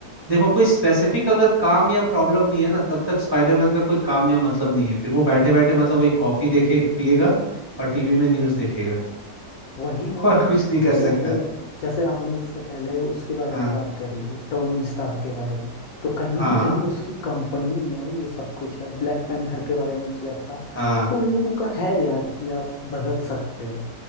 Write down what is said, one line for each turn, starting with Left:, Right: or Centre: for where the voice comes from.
Right: देखो कोई स्पेसिफिक अगर काम या प्रॉब्लम नहीं है ना तब तक स्पाइडरमैन का कोई काम या मतलब नहीं है फिर वो बैठे बैठे मतलब वही कॉफी देखे पिएगा और टीवी में न्यूज देखेगा
Left: वही ना
Right: <laughs> और
Left: भाई
Right: कुछ नहीं
Left: जैसे
Right: कर सकता
Left: हमने जैसे हमने इससे पहले उसके बारे
Right: हाँ
Left: में बात करी थी टोनी स्टार्क के बारे में तो कहीं
Right: हाँ
Left: ना कहीं उसकी कंपनी है ये सब कुछ है ब्लैक पैंथर के बारे में किया था
Right: हाँ
Left: तो उन लोगों का है यार कि आप बदल सकते हो